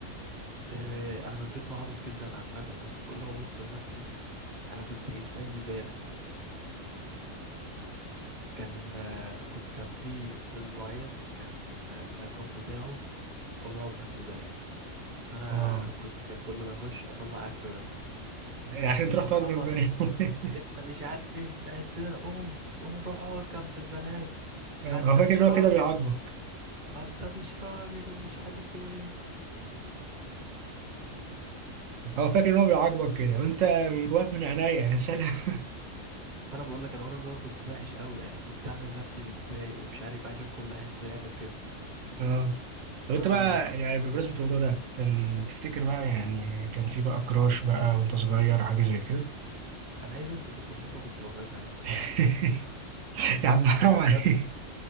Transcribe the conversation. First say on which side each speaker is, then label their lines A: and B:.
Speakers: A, on the right; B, on the right.
A: آه، انا من بيت محافظ جدا عامه بس كل ما ابص لنفسي انا كنت انسان زباله كان آه، كنت كان في استاذ معين كان آه، العقاب بتاعه ومقعد جنب البنات فانا
B: اه
A: كنت كان كل ما يخش اطلع اكل واكل انت
B: عشان
A: بتستعبط
B: تروح تقعد جنب بني
A: إيه؟
B: <laughs>
A: انت مش عارف ايه في حسنا قوم قوم روح اقعد جنب البنات
B: هو
A: ها انت
B: فاكر
A: مش
B: ان
A: راجل
B: هو كده بيعاقبك
A: ما انت مش راجل ومش عارف ايه
B: هو فاكر ان هو بيعاقبك كده وانت من جواك من عينيا يا سلام
A: وانا بقول لك انا وانا صغير كنت وحش قوي يعني كنت اعمل نفسي متضايق ومش عارف إيه عشان كل حصه يعمل كده
B: اه طب
A: آه
B: انت بقى يعني بمناسبة الموضوع ده كان تفتكر بقى يعني كان في بقى كراش بقى وانت صغير حاجة زي كده
A: أنا أي بنت كنت بشوفها كنت بكراش عليها
B: <laughs> يا عم حرام
A: لا ده
B: عليك
A: بجد